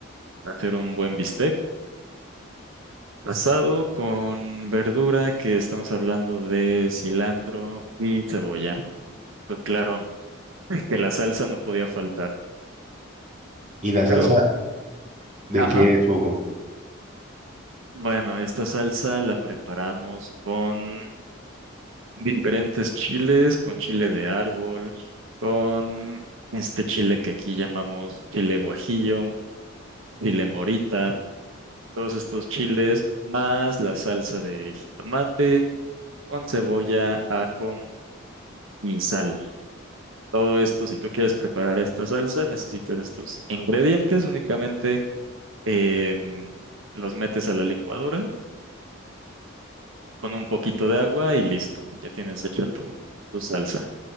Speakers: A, on the right; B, on the right.
A: hacer un buen bistec asado con verdura que estamos hablando de cilantro y cebolla. Pues claro, <laughs> que la salsa no podía faltar,
B: ¿Y la
A: pero,
B: salsa de
A: ajá,
B: qué es, Hugo?
A: bueno, esta salsa la preparamos con Diferentes chiles, con chile de árbol, con este chile que aquí llamamos chile guajillo, chile morita, todos estos chiles, más la salsa de jitomate, con cebolla, ajo y sal. Todo esto, si tú quieres preparar esta salsa, necesitas estos ingredientes, únicamente em, los metes a la licuadora con un poquito de agua y listo, ya tienes hecha tu, tu salsa.